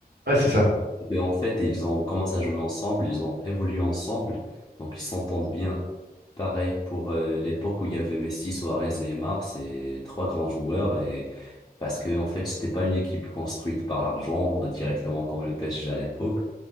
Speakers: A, on the right; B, on the left.
A: ouais, c'est ça.
B: Et ben, en fait, ils ont commencé à jouer ensemble, ils ont évolué ensemble, donc ils s'entendent bien. Pareil pour euh, l'époque où il y avait Messi, Suarez, Neymar, c'est trois grands joueurs et parce que en fait, c'était pas une équipe construite par l'argent euh, directement comme le PSG à l'époque.